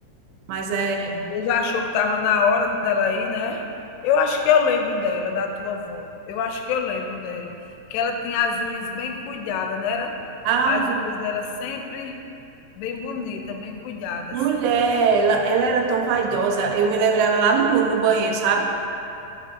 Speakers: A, on the right; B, on the left.
A: Mas é...
B: Deus achou que estava na hora dela ir, né? Eu acho que eu lembro dela, da tua avó. Eu acho que eu lembro dela. Que ela tinha as unhas bem cuidadas, não era?
A: Ah,
B: As unhas dela sempre bem bonitas, bem cuidadas.
A: mulher, ela, ela era tão vaidosa. Eu me lembro dela lá no muro, no banheiro, sabe?